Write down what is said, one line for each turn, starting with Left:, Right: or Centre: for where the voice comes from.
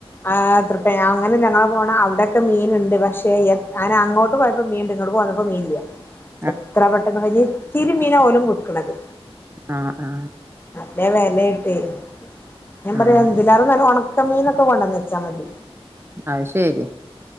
Left: ആ തൃ അങ്ങനെല്ല ഞങ്ങൾ പോണ അവിടെയക്കെ മീനുണ്ട് പക്ഷെ എ അങ്ങനെ അങ്ങോട്ട് പോയപ്പോ മീൻ ഉണ്ട് ഇങ്ങോട്ട് പോന്നപ്പോൾ മീൻ ഇല്ല
Right: <inaudible>
Left: എത്ര പെട്ടെന്ന് കഴിഞ്ഞത് ഇത്തിരിമീനാ ഓലും വിക്കണത്
Right: ആഹ് ആഹ്
Left: നല്ലെ വിലയിട്ടേ ഞാൻ
Right: ആഹ്
Left: പറയാ ഇന്തിലേറെ നല്ല ഒണ ക്ക മീനൊക്കെ കൊണ്ടന്ന് വച്ചാൽ മതി
Right: അഹ് ശരി